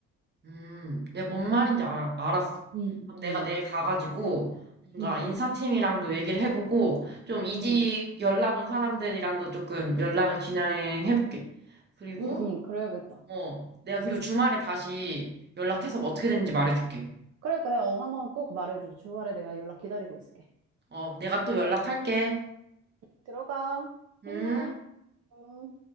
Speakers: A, on the right; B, on the right.
A: 음, 내가 뭔 말인지 알, 알았어.
B: 응응
A: 그럼 내가
B: 응,
A: 내일 가가지고 뭔가
B: 응,
A: 인사팀이랑도 얘기를 해보고 좀 이직
B: 응,
A: 연락 온 사람들이랑도 조금 연락을 진행해볼게. 그리고
B: 응, 응, 그래야겠다.
A: 어, 내가 그리고 주말에 다시 연락해서 뭐 어떻게 됐는지 말해줄게.
B: 그래, 그래. 어, 한번 꼭 말해줘. 주말에 내가 연락 기다리고 있을게.
A: 어, 내가 또 연락할게.
B: 들어가.
A: 음.
B: 힘내. 응.